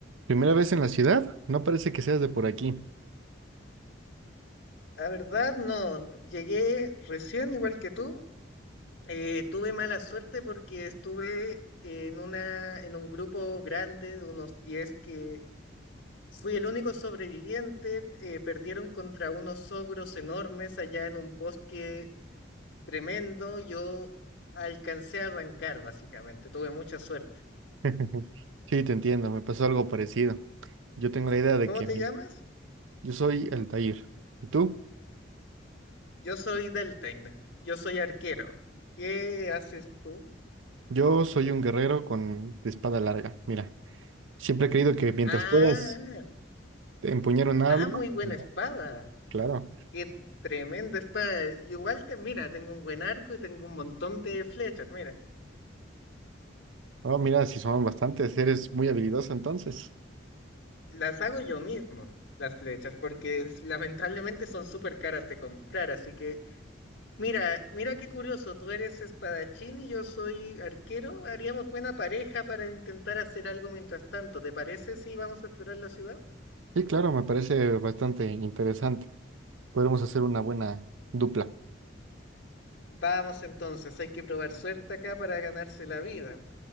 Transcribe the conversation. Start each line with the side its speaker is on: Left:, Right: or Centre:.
Right: ¿Primera vez en la ciudad? No parece que seas de por aquí.
Left: La verdad, no. Llegué recién, igual que tú. Eh, tuve mala suerte porque estuve en una, en un grupo grande de unos 10 que fui el único sobreviviente. eh, perdieron contra unos ogros enormes allá en un bosque tremendo. Yo alcancé a arrancar, básicamente. Tuve mucha suerte.
Right: <laughs> Sí, te entiendo, me pasó algo parecido. Yo tengo la idea de
Left: ¿Cómo
Right: que
Left: te
Right: mi-
Left: llamas?
Right: yo soy Altair. ¿Y tú?
Left: Yo soy Deltain. Yo soy arquero. ¿Qué haces tú?
Right: Yo soy un guerrero con de espada larga. Mira, siempre he creído que mientras
Left: Ah,
Right: puedas empuñar un arma,
Left: ah, muy buena
Right: mira,
Left: espada.
Right: claro.
Left: Qué tremendo espada. Igual te, mira, tengo un buen arco y tengo un montón de flechas. Mira,
Right: Oh, mira, si son bastantes, eres muy habilidoso entonces.
Left: las hago yo mismo, las flechas, porque es- lamentablemente son súper caras de comprar. Así que, mira, mira qué curioso. Tú eres espadachín y yo soy arquero. Haríamos buena pareja para intentar hacer algo mientras tanto. ¿Te parece si vamos a explorar la ciudad?
Right: Sí, claro, me parece bastante interesante. Podremos hacer una buena dupla.
Left: Vamos entonces, hay que probar suerte acá para ganarse la vida.